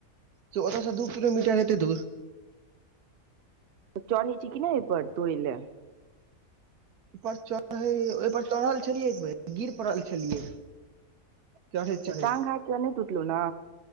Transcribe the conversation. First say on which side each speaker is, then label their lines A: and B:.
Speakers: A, on the right (about 80°); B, on the right (about 55°).
A: से ओतयसँ दू किलोमीटर एतै दूर।
B: तऽ चरनी छी कि नहि ओहिपर तोरी लए।
A: पर चढ़ ओहिपर चढ़ल छलियै एक बेर गिर पड़ल छलियै चढ़ैत चढ़ैत
B: तऽ टांग हाथ नहि तूटलो न